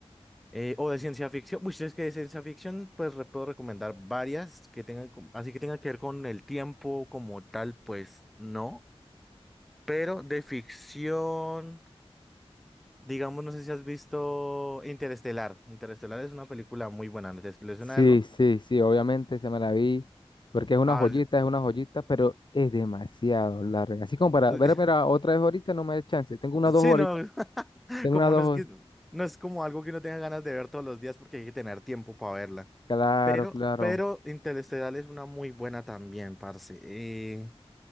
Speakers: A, in the centre; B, on the left.
A: eh, o de ciencia ficción, uy, si es que de ciencia ficción, pues re- puedo recomendar varias que tengan, co- así que tenga que ver con el tiempo como tal, pues no, pero de ficción... Digamos, no sé si has visto Interestelar. Interestelar es una película muy buena. ¿No ¿Te le suena
B: Sí,
A: algo?
B: sí, sí, obviamente se me la vi. Porque es una
A: Ah,
B: joyita, es una joyita, pero es demasiado larga. Así como para
A: <laughs>
B: ver, ver a otra vez ahorita no me da chance. Tengo unas dos
A: sí,
B: horitas,
A: no. <laughs>
B: tengo
A: Como
B: unas dos
A: no es que
B: hor-
A: no es como algo que uno tenga ganas de ver todos los días porque hay que tener tiempo para verla.
B: Claro,
A: Pero,
B: claro.
A: pero Interestelar es una muy buena también, parce. Eh,